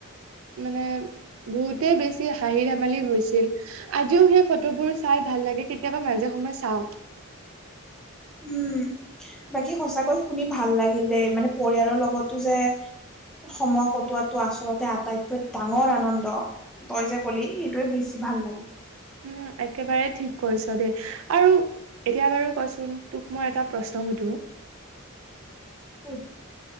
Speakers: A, on the right (about 75°); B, in the centre.
A: মানে বহুতে বেছি হাঁহি ধেমালি হৈছিল। আজিও সেই ফটোবোৰ চাই ভাল লাগে কেতিয়াবা মাজে সময়ে চাও।
B: উম, বাকী সঁচাকৈ শুনি ভাল লাগিল দেই মানে পৰিয়ালৰ লগতো যে সময় কটোৱাটো আচলতে আটাইতকৈ ডাঙৰ আনন্দ। তই যে কলি সেইটোয়ে বেছি ভাল লাগিল।
A: উম, একেবাৰে ঠিক কৈছ দেই আৰু এতিয়া বাৰু কচোন তোক মই এটা প্ৰশ্ন সুধো?
B: ফুত